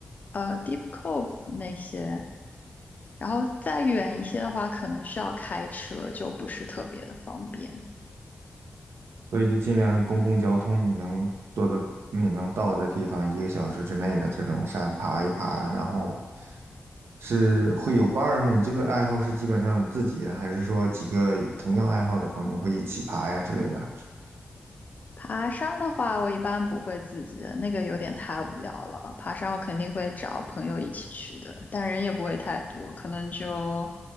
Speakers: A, on the left; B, on the right.
A: 呃，Deep Cove 那些。然后再远一些的话，可能需要开车，就不是特别的方便。
B: 所以就尽量是公共交通你能做的、你能到的地方，一个小时之内的这种山爬一爬，然后是会有伴儿吗？你这个爱好是基本上你自己，还是说几个同样爱好的朋友会一起爬呀之类的？
A: 爬山的话，我一般不会自己，那个有点太无聊了。爬山我肯定会找朋友一起去的，但人也不会太多，可能就